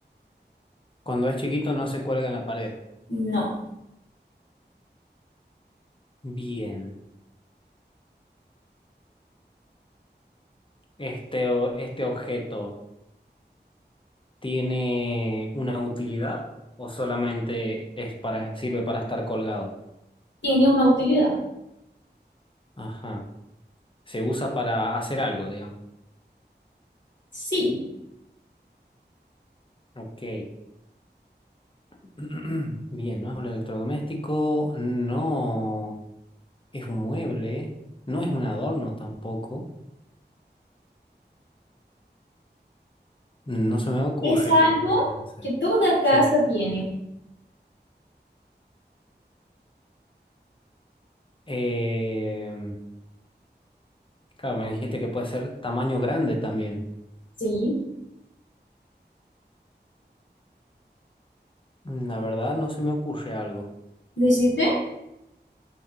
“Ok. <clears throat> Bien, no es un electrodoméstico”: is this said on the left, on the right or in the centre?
Left